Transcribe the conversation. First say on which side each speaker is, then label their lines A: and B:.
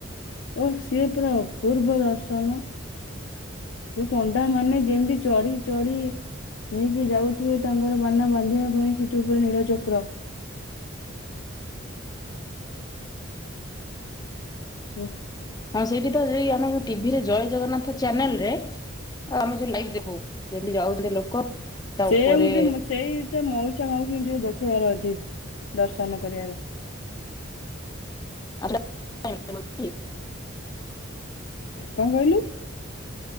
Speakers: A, on the left; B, on the left.
A: ଓ ସିଏ ପୁରା ଅପୂର୍ବ ଦର୍ଶନ। ଯୋଉ ପଣ୍ଡା ମାନେ ଯେମିତି ଚଢି ଚଢି ନେଇକି ଯାଉଥିବେ ତାଙ୍କର ବାନା ବାନ୍ଧିବା ପାଇଁ ସେଠି ଉପରେ ନୀଳଚକ୍ର।
B: <inaudible>
A: ହୁଁ।
B: ହଁ ସେଇଠି ତ ଯ ଆମେ ଟିଭିରେ ଜୟ ଜଗନ୍ନାଥ ଚ୍ୟାନେଲ ରେ ଆ ଆମେ ଲଇଭ୍ ଦେଖୁ ଯେମତି ଯାଉଚନ୍ତି ଲୋକ। ତା
A: ସେଆଙ୍କୁ
B: ଉପରେ
A: ଟିକ ସେଇଟା ମଉସ ଉସା ମାଉସୀ ଟିକେ ଦେଖେଇବାର ଅଛି ଦର୍ଶନ କରିବାର।
B: <unintelligible>
A: <inaudible> କଣ କହିଲୁ।